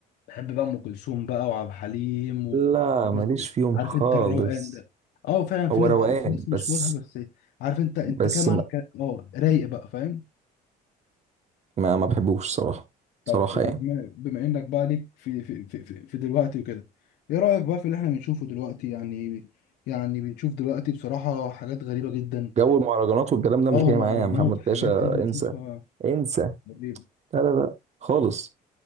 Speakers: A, on the left (about 80°); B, on the right (about 40°).
A: بحب بقى ام كلثوم بقى وعبد الحليم و...
B: لا
A: والناس
B: ماليش
A: دي.
B: فيهم
A: عارف
B: خالص
A: انت الروقان ده اه فعلا في
B: هو
A: ناس
B: روقان
A: في ناس مش
B: بس
A: مودها بس عارف انت انت
B: بس
A: كده معاك
B: ما
A: اه رايق بقى فاهم
B: ما ما بحبوش صراحه
A: طب
B: صراحه يعني
A: طب بما بما انك بقى ليك في في في في في دلوقتي وكده ايه رايك بقى في اللي احنا بنشوفه دلوقتي يعني يعني بنشوف دلوقتي بصراحه حاجات غريبه جدا
B: جو المهرجانات والكلام ده
A: اه
B: مش جاي
A: مهرجانات
B: معايا يا محمد
A: حاجات
B: باشا
A: كده بنشوفها
B: انسى انسى
A: غريبة
B: لا لا لا خالص